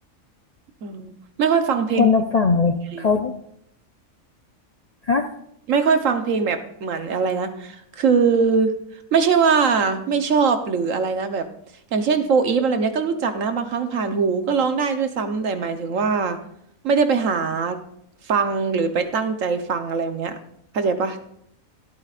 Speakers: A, on the right (about 70°); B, on the left (about 45°).
A: อืมไม่ค่อยฟังเพลง
B: คนละฝั่งเลยเขา
A: เลย
B: ฮะ
A: ไม่ค่อยฟังเพลงแบบเหมือนอะไรนะคือไม่ใช่ว่าไม่ชอบหรืออะไรนะแบบอย่างเช่นโฟอีฟอะไรแบบเนี้ยก็รู้จักนะบางครั้งผ่านหูก็ร้องได้ด้วยซ้ำแต่หมายถึงว่าไม่ได้ไปหาฟังหรือไปตั้งใจฟังอะไรแบบเนี้ยเข้าใจปะ